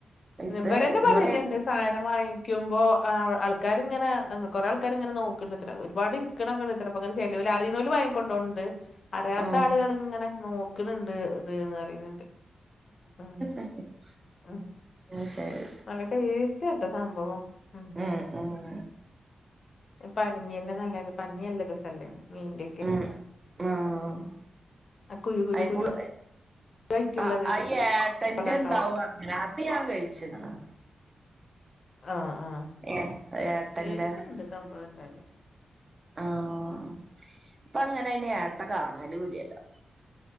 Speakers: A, on the right; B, on the left.
A: ഇത്
B: ഇവരന്നെ
A: നിങ്ങള്
B: പറയ്ന്ന്ണ്ട്
A: ഏത്
B: സാധനം വാങ്ങിക്കുമ്പോ അ ആൾക്കാര് ഇങ്ങന കൊറേ ആൾക്കാര് ഇങ്ങനെ നോക്ക്ണ്ട് ത്രെ ഒരുപാട് <unintelligible> ചെലോല് അറീണോല് വാങ്ങി കൊണ്ടോണ് ണ്ട്‌ അറിയാത്ത
A: ആഹ്
B: ആളുകൾ ഇങ്ങനെ നോക്ക്ണണ്ട് ഇത് പറീണ് ണ്ട് ഉം
A: എന്നാ
B: ഉം
A: ശരി
B: നല്ല ടേസ്റ്റ് ആട്ടോ സംഭവം ഉം
A: ഏഹ് എഹ്.
B: പനിയെല്ലാം നല്ല പനില്ല രസംല്ലേ മീന്റെ ഒക്കെ
A: ഉം ഉം
B: ആ കുരു കുരു
A: അയ്ക്കൂ
B: കുരു
A: അയിക്കൂ
B: ആയിട്ടുള്ളത്
A: ആ അയ ഏട്ടന്റെണ്ടാവും
B: അപ്പല ഉണ്ടാവും
A: അങ്ങനെ അത് ഞാൻ കഴിച്ചിന്ന്
B: ആഹ് ആഹ്
A: ഏഹ് ഏട്ടന്റെ
B: ടേസ്റ്റ്ണ്ട് സംഭവം എന്തായാലും
A: ആഹ് ഇപ്പങ്ങനെ അയി ഏട്ട കാണലൂലല്ലോ